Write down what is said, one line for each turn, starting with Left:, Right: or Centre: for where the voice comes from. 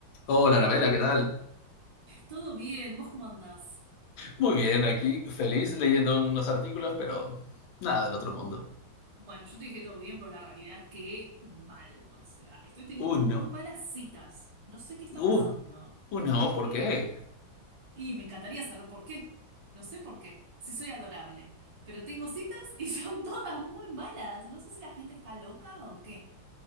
Left: Hola, Anabela, ¿qué tal?
Right: Todo bien, ¿vos cómo andás?
Left: Muy bien, aquí feliz leyendo unos artículos, pero nada del otro mundo.
Right: Bueno, yo te dije todo bien, pero la realidad es que mal, o sea, estoy teniendo
Left: Uno.
Right: muy malas citas, no sé qué está
Left: Uh,
Right: pasando.
Left: uno, ¿por
Right: Eh,
Left: qué?
Right: y me encantaría saber por qué, no sé por qué, si soy adorable, pero tengo citas y <laughs> son todas muy malas, no sé si la gente está loca o qué.